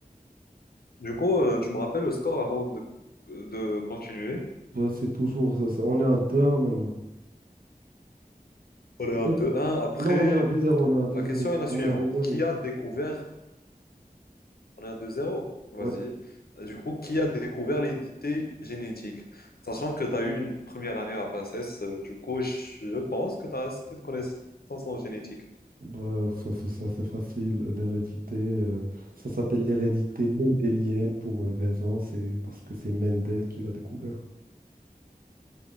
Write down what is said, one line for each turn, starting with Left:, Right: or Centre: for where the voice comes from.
Left: Du coup, euh, tu me rappelles le score avant de, de continuer.
Right: Ben, c'est toujours. c'est- c'est- On est à deux 1 maintenant.
Left: On est à
Right: Bien.
Left: deux un. Après,
Right: Non, on est à deux-zéro, on est à deux-zéro,
Left: la question est la
Right: On
Left: suivante.
Right: est à deux-zéro.
Left: Qui a découvert... On est à deux zéro. Vas-y.
Right: Ouais.
Left: Euh, Du coup, qui a découvert l'identité génétique? Sachant que tu as eu une première année à PACES, euh, du coup, je je pense que tu as assez de connaissances en génétique.
Right: Bah ça, c'est ça, c'est facile. L'hérédité, euh, ça s'appelle l'hérédité mendélienne pour une raison, c'est parce que c'est Mendel qui l'a découvert.